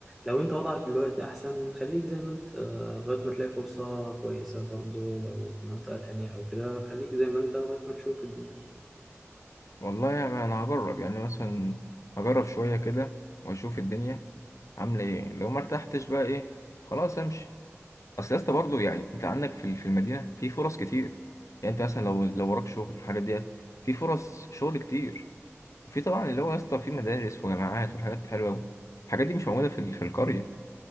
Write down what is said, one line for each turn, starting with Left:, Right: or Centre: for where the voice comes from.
Centre: لو انت وضعك دلوقتي احسن خليك زي ما انت آه، لغاية ما تلاقي فرصة كويسة برضو لو منطقة تانية او كده خليك زي ما انت لغاية ما تشوف الدنيا
Left: والله يعني انا هجرب يعني مثلا هجرب شويه كده واشوف الدنيا عامله ايه لو ما ارتحتش بقى ايه خلاص امشي اصل يا اسطى برضه يعني انت عندك في في المدينه في فرص كتير يعني انت مثلا لو لو وراك شغل الحاجات ديت في فرص شغل كتير في طبعا اللي هو يا اسطى في مدارس وجامعات وحاجات حلوه أوي. الحاجات دي مش موجوده في ال- في القريه